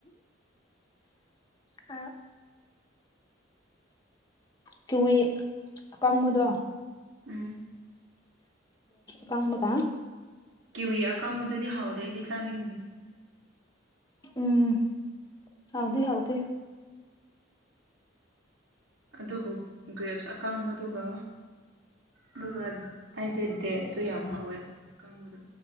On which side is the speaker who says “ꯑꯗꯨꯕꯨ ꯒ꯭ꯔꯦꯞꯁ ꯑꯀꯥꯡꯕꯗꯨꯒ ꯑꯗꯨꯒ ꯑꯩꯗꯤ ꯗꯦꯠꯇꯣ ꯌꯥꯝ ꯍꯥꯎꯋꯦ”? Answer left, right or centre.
Right